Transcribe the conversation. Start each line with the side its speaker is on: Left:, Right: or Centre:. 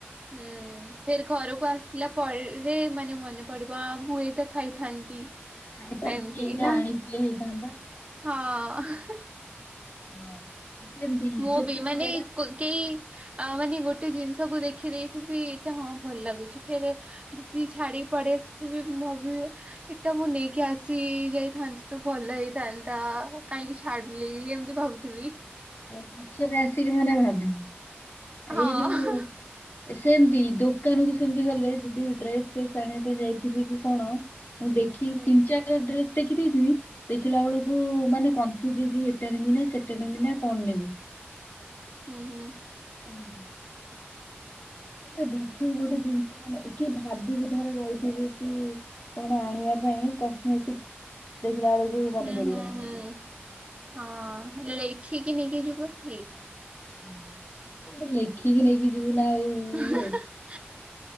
Right: ହଁ। ଫେର୍ ଘରକୁ ଆସିଲା ପରେ, ମନେ ପଡିବ ହଁ ମୁଁ ଏଇଟା ଖାଇଥାନ୍ତି।
Left: ଖାଇଥାନ୍ତି,
Right: ଏମତି
Left: ଏଇଟା
Right: ନା
Left: ଆଣିଥିଲେ ହେଇଥାନ୍ତା।
Right: ହଁ।
Left: ହଁ। ସେମିତି
Right: ମୁଁ
Left: ସେଠି
Right: ବି, ମାନେ
Left: ମେଳା
Right: ଏ କ-କେଇ ଆ, ମାନେ ଗୋଟେ ଜିନିଷକୁ ଦେଖି ଦେଇଥିବି ଏଇଟା ହଁ ଭଲ ଲାଗୁଛି, ଫେରେ ଯଦି ଛାଡିକି ପଡି ଆସିଥିବି ଭାବିବେ ଏଟା ମୁଁ ନେଇକି ଆସି ଯାଇଥାନ୍ତି ତ ଭଲ ହେଇଥାନ୍ତା, କାହିଁକି ଛାଡିଲି, ଏମିତି ଭାବୁଥିବି।
Left: ତ ପଛରେ ଆସିକି ମାନେ ଭାବିବି,
Right: ହଁ
Left: ଏଇ ଯୋଉ ଏ ସେମତି, ଦୋକାନ କୁ ସେମିତି ଗଲେ ଯଦି ଡ୍ରେସ୍ ଫେସ୍ ଆଣିବା ପାଇଁ ଯାଇଥିବି କି କଣ ମୁଁ ଦେଖିକି,
Right: ହୁଁ
Left: ତିନ, ଚାଟା ଡ୍ରେସ୍ ଟେକି ଦେଇଥିମି ଦେଖିଲା ବେଳକୁ ମାନେ କନଫ୍ୟୁଜ୍ ହେଇଯିବି, ଏଟା ନେମି ନା, ସେଟା ନେମି ନା, କଣ ନେମି।
Right: ହଁ, ହଁ।
Left: ଏମତି ଏ ଗୋଟେ ଦେଖିବୁ ଗୋଟେ
Right: ହୁଁ
Left: ଜିନିଷ ମାନେ, ଏ କି ଭାବିକି ଧର ଯାଇଥିବୁ କି କଣ ଆଣିବା ପାଇଁ କସ୍ମେଟିକ୍ ଦେଖିଲା ବେଳକୁ ମନେ
Right: ହୁଁ,
Left: ପଡିବନି
Right: ହୁଁ, ହୁଁ,
Left: କି
Right: ହଁ ଲେଖିକି ନେଇକି ଯିବ ଠିକ।
Left: ହଁ <unintelligible> ଲେଖିକି ନେଇକି ଯିବୁନା ଆଉ।
Right: <unintelligible>
Left: ଇଏ